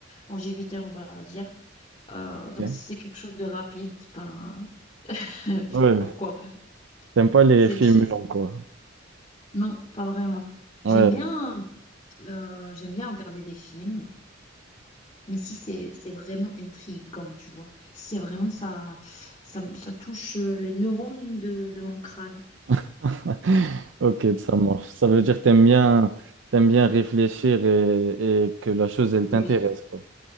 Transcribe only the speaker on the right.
Ok.
Ouais.
T'aimes pas les
films
longs, quoi.
Ouais.
<laughs> Ok, ça marche. Ça veut dire que t'aimes bien, t'aimes bien réfléchir et, et que la chose, elle t'intéresse,
quoi.